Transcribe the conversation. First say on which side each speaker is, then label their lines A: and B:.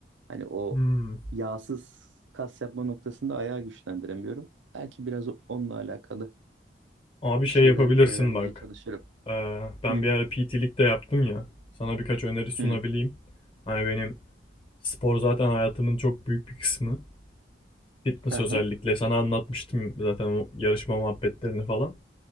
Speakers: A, on the right; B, on the left.
A: Hani o
B: Hmm.
A: yağsız kas yapma noktasında ayağı güçlendiremiyorum. Belki biraz o- onunla alakalı
B: Abi
A: bir
B: şey
A: şeyler
B: yapabilirsin
A: öğrenmeye
B: bak.
A: çalışırım.
B: Ee, ben
A: Hı
B: bir ara PT'lik de yaptım ya. Sana birkaç öneri sunabileyim.
A: hı.
B: Hani benim spor zaten hayatımın çok büyük bir kısmı. Fitness
A: Hı hı.
B: özellikle. Sana anlatmıştım zaten o yarışma muhabbetlerini falan.